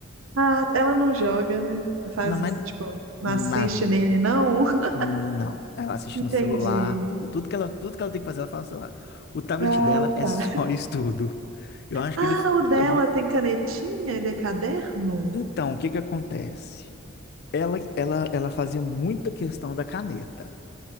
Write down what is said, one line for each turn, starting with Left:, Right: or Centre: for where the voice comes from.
Right: Ah, ela não joga, né? Não faz,
Left: Não, mas
Right: uns- tipo, não
Left: nada.
Right: assiste nele, não? <laughs>
Left: Não, ela assiste
Right: Entendi.
Left: no celular, tudo, tudo que ela, tudo que ela tem que fazer, ela faz no celular. O tablet
Right: Ah,
Left: dela é
Right: tá.
Left: só <laughs> estudo. Eu acho
Right: Ah,
Left: que ele,
Right: o dela
Left: a gente-
Right: tem canetinha? Ele é caderno?
Left: Então, o que que acontece? Ela, ela, ela fazia muita questão da caneta.